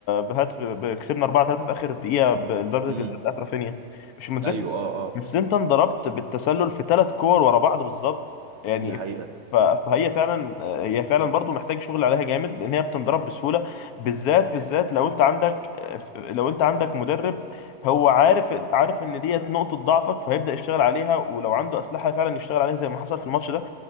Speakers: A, on the left; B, on the right.
A: بهات ب- كسبنا 4-3 في اخر الدقيقه بضربه
B: امم
A: الجزاء بتاعت رافينيا مش متذكر
B: ايوه اه اه
A: بس انت انضربت بالتسلل في ثلاث كور ورا بعض بالظبط يعني
B: دي حقيقة
A: ف- فهي فعلا هي فعلا برضو محتاج شغل عليها جامد لان هي بتنضرب بسهوله بالذات بالذات لو انت عندك لو انت عندك مدرب هو عارف عارف ان ديت نقطة ضعفك فهيبدأ يشتغل عليها ولو عنده أسلحة فعلا يشتغل عليها زي ما حصل في الماتش ده